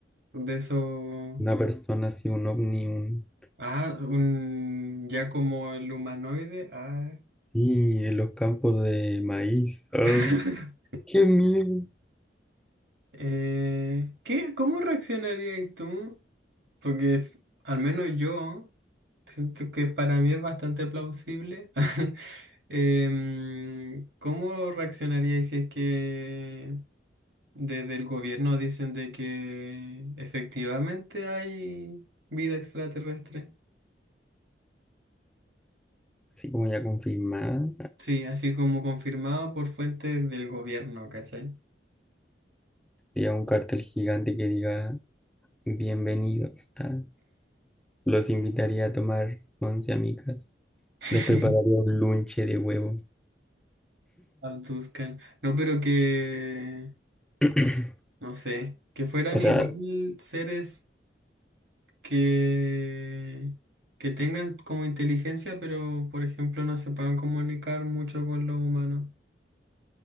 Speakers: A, on the right; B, in the centre.
A: De eso.
B: Una persona así, un ovni, un...
A: Ah, un... ya como el humanoide. Ah.
B: Y en los campos de maíz. ah,
A: <laughs>
B: ¡Qué miedo!
A: Eh, ¿qué? ¿Cómo reaccionarías tú? Porque es- al menos yo siento que para mí es bastante plausible. <laughs> Em, ¿cómo reaccionaríais si es que desde el gobierno dicen de que efectivamente hay vida extraterrestre?
B: Así como ya confirmada,
A: Sí, así como confirmado por fuentes del gobierno, ¿cachai?
B: había un cartel gigante que diga, bienvenidos. ah, Los invitaría a tomar once amigas.
A: <laughs>
B: Les prepararía un lunche de huevo.
A: Abduzcan. No, pero que,
B: <clears throat>
A: no sé, que fueran
B: O sea,
A: igual seres que, que tengan como inteligencia, pero por ejemplo no se puedan comunicar mucho con los humanos.